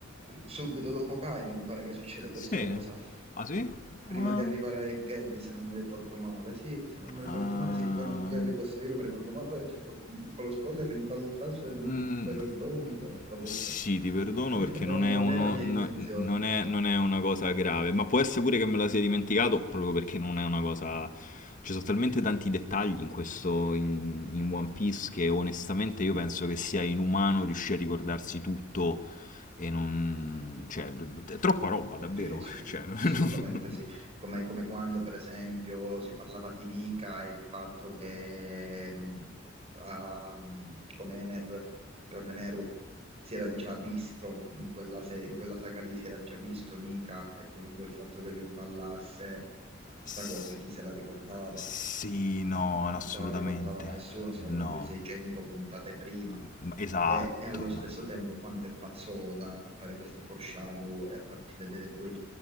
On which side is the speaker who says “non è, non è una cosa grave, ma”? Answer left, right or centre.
Left